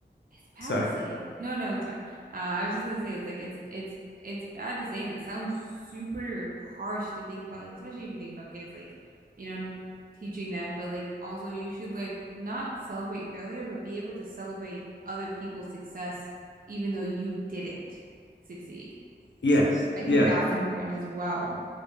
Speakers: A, on the right (about 50°); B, on the left (about 80°).
A: it's bad
B: sorry,
A: to say. No, no, it's fine. Uh, I was just gonna say it's like it's it's it's bad to say and it sounds super harsh to think about, like, especially if you think about kids, like, you know, teaching them, but like also you should like not celebrate failure, but be able to celebrate other people's success even though you didn't succeed.
B: yes,
A: I think
B: yeah.
A: that's important as well.